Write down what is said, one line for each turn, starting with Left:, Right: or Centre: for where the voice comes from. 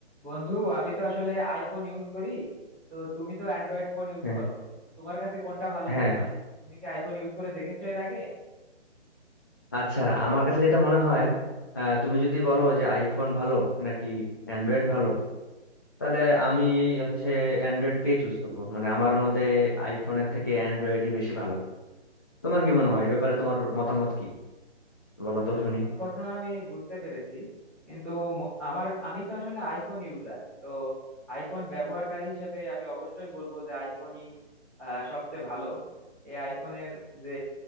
Centre: বন্ধু আমি তো আসলে আইফোন ইউজ করি তো তুমি তো অ্যান্ড্রয়েড ফোন ইউজ
Left: হ্যাঁ
Centre: করো তো তোমার কাছে কোনটা ভালো
Left: হ্যাঁ
Centre: মনে হয় তুমি কি আইফোন ইউজ করে দেখেছো এর আগে
Left: আচ্ছা আমার কাছে যেটা মনে হয় আহ, তুমি যদি বলো যে আইফোন ভালো নাকি অ্যান্ড্রয়েড ভালো তাহলে আমি হচ্ছে অ্যান্ড্রয়েডকেই চুজ করব মানে আমার মতে আইফোনের থেকে অ্যান্ড্রয়েডই বেশি ভালো তোমার কি মনে হয় এই ব্যাপারে তোমার মতামত কি বলো তো শুনি
Centre: তোমার কথা আমি বুঝতে পেরেছি কিন্তু ম- আমার আমি তো আসলে আইফোন ইউজার তো আইফোন ব্যবহারকারী হিসেবে আমি অবশ্যই বলবো যে আইফোনই আহ, সবচেয়ে ভালো এই আইফোনের যে